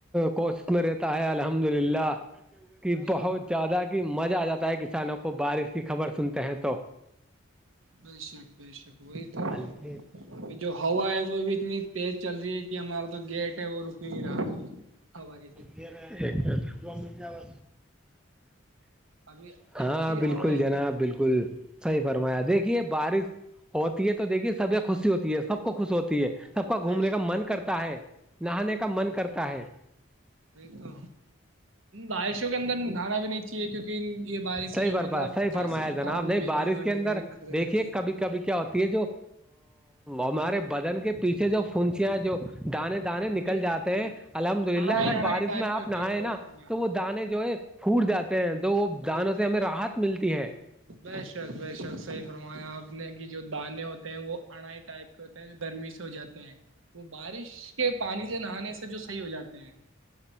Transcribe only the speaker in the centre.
کوشت میں رہتا ہے الحمد للہ کہ
بہت زیادہ کہ مزہ آ جاتا ہے کسانوں کو بارش کی خبر سنتے ہیں تو
الفیظ
جا گمٹ جابا
ہاں
بالکل جناب
بالکل صحیح فرمایا دیک بارش ہوتی ہے تو دیکھیے سبھی خوشی ہوتی ہے سب کو خوش ہوتی ہے سب گھومنے
کا من کرتا ہے نہانے کا من
کرتا ہے
صحیح
برپا
صحیح فرمایا
جناب نہیں
بارش
اندر
دیکھیے
کبھی کبھی کیا ہوتی ہے جو ہمارے بدن کے پیچھے جو فنچیاں جو دانے دانے نکل
جاتے
ہیں الحمد للہ
اگر
بارش
میں آپ
نہیں
نا
تو وہ دانے جو ہے پوٹ جاتے ہیں تو وہ دانوں
سے ہمیں
راحت ملتی ہے